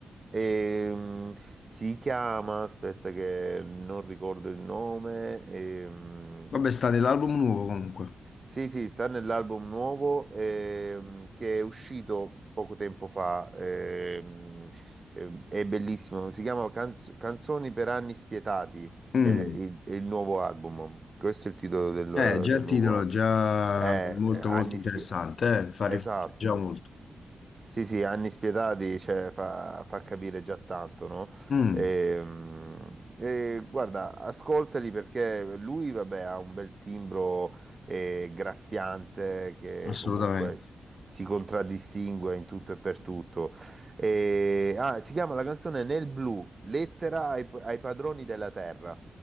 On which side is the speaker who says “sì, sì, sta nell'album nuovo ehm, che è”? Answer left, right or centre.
Right